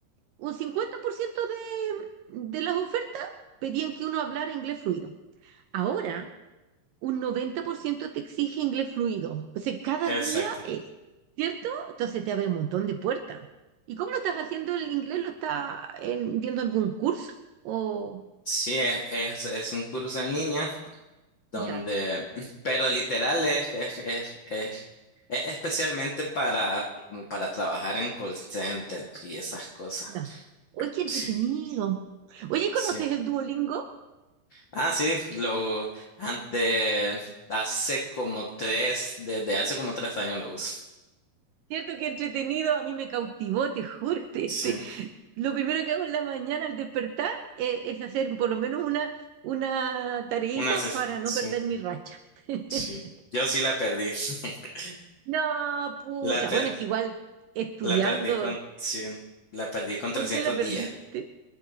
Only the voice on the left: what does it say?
exacto.
Sí, es, es, es un curso en línea donde,
<clears throat> pero literal es, es, es, es, es especialmente para, como para trabajar en call center y esas cosas.
Sí,
sí.
Ah, sí, lo antes, hace como tres, desde hace como tres años lo uso.
Sí,
una, se-
sí,
sí. Yo sí la perdí. <laughs>
La per-
la perdí con, sí, la perdí con
trescientos
días.